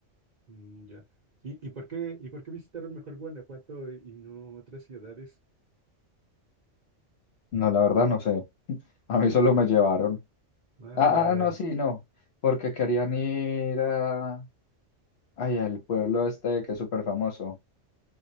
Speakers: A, on the right (about 40°); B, on the left (about 60°).
A: Mm, ya. ¿Y, y por qué, y por qué visitaron mejor Guanajuato y no otras ciudades?
B: No, la verdad no sé. <laughs> A
A: Ujú.
B: mí solo me llevaron.
A: Ah,
B: Ah,
A: ya veo.
B: ah, no, sí, no. Porque querían ir a... Ay, al pueblo este que es súper famoso.